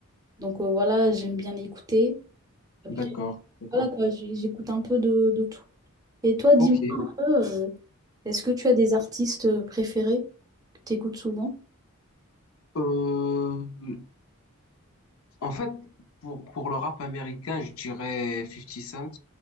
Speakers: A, on the right; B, on the left.
A: Donc euh, voilà, j'aime bien écouter. Après,
B: d'accord, d'accord.
A: voilà quoi, j- j'écoute un peu de, de tout. Et toi, dis-moi
B: Ok.
A: un peu, euh, est-ce que tu as des artistes préférés que tu écoutes souvent?
B: Euh, en fait, pour, pour le rap américain, je dirais Fifty Cent.